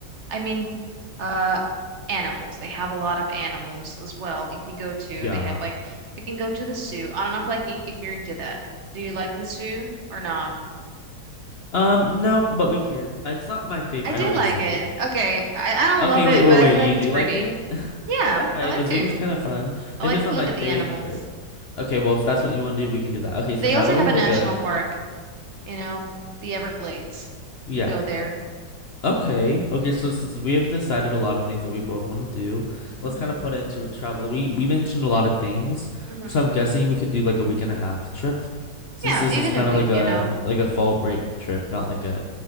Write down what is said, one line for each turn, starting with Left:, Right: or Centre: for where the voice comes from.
Right: I mean, uh, animals. They have a lot of animals as well. If you go to,
Left: Yeah.
Right: they have like we can go to the zoo. I don't know if like i- if you're into that. Do you like the zoo or not?
Left: Um. No, but we can. It's not my favorite.
Right: I do
Left: I don't
Right: like
Left: dislike
Right: it.
Left: it.
Right: Okay, I I don't
Left: Okay.
Right: love it,
Left: Wait. Wait.
Right: but I
Left: Wait.
Right: feel
Left: You
Right: like it's
Left: do
Right: pretty.
Left: like it? <laughs>
Right: Yeah,
Left: okay.
Right: I like
Left: The
Right: to.
Left: zoo was kind of fun.
Right: I
Left: It's
Right: like
Left: just not
Right: to look
Left: my
Right: at
Left: favorite.
Right: the animals.
Left: Okay. Well, if that's what you want to do, we can do that. Okay. So
Right: They
Left: now
Right: also
Left: that
Right: have
Left: we have
Right: a national
Left: like a
Right: park. You know, the Everglades.
Left: yeah.
Right: You can go there.
Left: Okay. Okay, so since we have decided a lot of things that we both want to do,
Right: hmm
Left: let's kind of put into travel. We we mentioned a lot of things,
Right: hmm
Left: so I'm guessing we could do like a week and a half trip, since
Right: Yeah,
Left: this
Right: even
Left: is kind
Right: a week.
Left: of like a
Right: You know.
Left: like a fall break trip, not like a